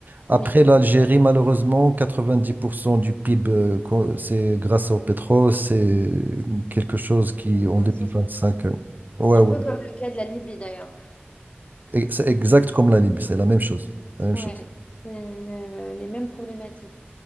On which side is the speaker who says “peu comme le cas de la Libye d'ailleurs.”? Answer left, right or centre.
Left